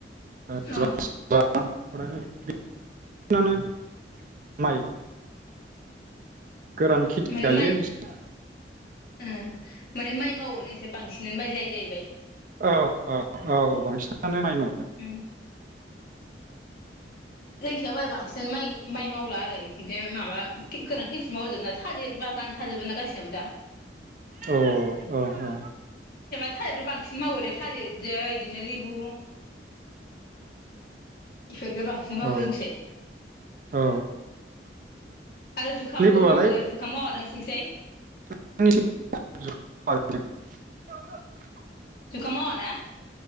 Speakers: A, on the right; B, on the left.
A: <unintelligible>
B: अ
A: <unintelligible> माय गोरान खेथि
B: माने
A: गायो
B: माइ
A: एसे
B: ओ माने माइ मावो नों एसे बांसिनानो माइ जायो जाहैबाय।
A: औ औ औ औ बांसिनानो माइमोन
B: अम जोंनिसाय बांसिनानो माइ-माइ मावला आरो इदिनो माबा गोरान खेथिसो मावजोबो ना थालिर बागान थाजोबो ना गासिनावबो दा
A: औ औ औ
B: थालिरजों बांसिन मावोदे थालिरजों इदिनो लेबु इफोरखो बांसिन मावो
A: औ
B: जोंनिसाय।
A: औ
B: आरो जुखामबो
A: लेबुआलाय
B: मावो जुखाम मावा ना नोंथिंसाय
A: <unintelligible>
B: जुखाम मावा ना